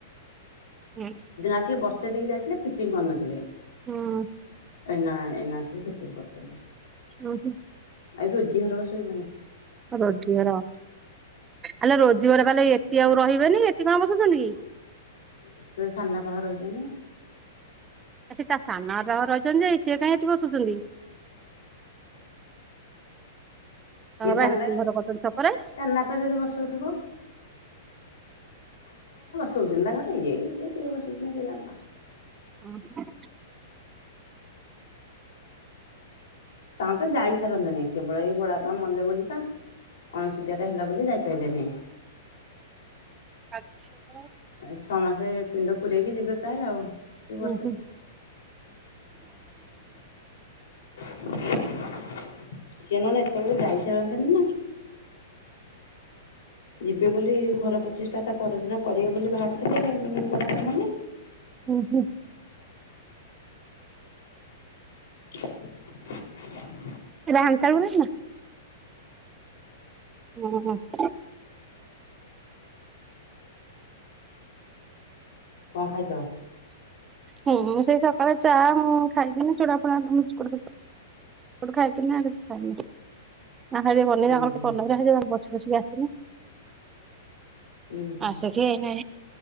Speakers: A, on the right; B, on the left.
A: ହୁଁ।
B: ଆସିକି ବର୍ଷ ସେଠିକି ଯାଇଥିଲେ ଫିଟିଂ କରିନଥିଲେ
A: ହୁଁ
B: ଏନା ଏନା ସିଏ ଫିଟିଂ କରୁଛନ୍ତି
A: ହଁ ହୁଁ
B: ଆଉ ରୋଜି ଘର ବାସୁଚିନା
A: ରୋଜଗାର
B: କଣ
A: ଆଲୋ ରୋଜଗାର ବାଲେ ଏଠି ଆଉ ରହିବେନି ଏଠି
B: ହୁଁ
A: କଣ ବସୁଛନ୍ତି କି?
B: ସେ ସାନବାପା ଘରେ ରହି ଜମି
A: ଆ ସେ ତା ସାନ ବାପାଘରେ ରହିଛନ୍ତି ସିଏ କାଇଁ ଏଠି ବସୁଛନ୍ତି
B: <unintelligible>
A: ତା
B: କିଏ
A: ବାବା
B: ଜାନା
A: ହେଠି ଘର କରିଛନ୍ତି ଛକରେ।
B: ସାନବାପା ଯଦି ବସଉଥିବ ଶୋଉଛନ୍ତି ତା ଘରେ ହେଇ ସିଏ କିଏ ବା କିଏ ଶୋଉଛନ୍ତି କିଏ ଜନା
A: ହଁ ପା
B: ତାଙ୍କୁ ତ ଯାଇ ସାରନ୍ତାନି କେବଳ ଏଇ ବଡାପା ମଲେ ବୋଲି ତା ଅଣସୁଧିଆ ଟା ହେଲା ବୋଲି ଯାଇପାଇଲେନି <inaudible>
A: <unintelligible>
B: ଏ ଛଅ ମାସ ପିଣ୍ଡ ପୁରେଇକି ଯିବେ କାଇଁ ଆଉ କି ବର୍ଷେ
A: ଓହୋ
B: ସିଏ ନହେଲେ ଏତଳକୁ ଯାଇ ସାରନ୍ତିନ ନା ଯିବେ ବୋଲି ଘର ପ୍ରଚେଷ୍ଟା ତା ପରଦିନ କରିବେ ବୋଲି ଭାରିଥିଲେ ବଡାପା ମଲେ
A: ହୁଁ ହୁଁ
B: <inaudible>
A: ରାମ ତା ମୁନ୍ନା ହୁଁ ହୁଁ ହୁଁ
B: <inaudible> କଣ ଖାଇଛ
A: ହୁଁ ମୁଁ ସେଇ ସକାଳେ ଚା ମୁଁ ଖାଇଥିନି ଚୁଡ଼ା ଫୁଡ଼ା ନୁଣି ବିସ୍କୁଟ ଫି <unintelligible> ଆହାରେ ବନେଇବା
B: ଉଁ ହୁଁ
A: କଲରା ବସି ବସିକି ଆସନି
B: ଉଁ ହୁଁ
A: ଆସିଛି ଏନା